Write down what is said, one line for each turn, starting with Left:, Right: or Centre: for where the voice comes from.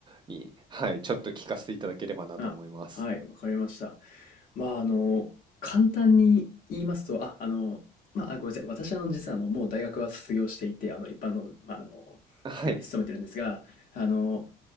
Right: に、はい、ちょっと聞かせていただければなと思います。
Left: あ、はい、わかりました。まあ、あの、簡単に言いますと、あ、あの、まあ、あごめんなさい。私、あの、実は、あの、もう大学は卒業していて、あの、一般の、まあ、あの、
Right: はい、
Left: 企業に勤めてるんですが、あの、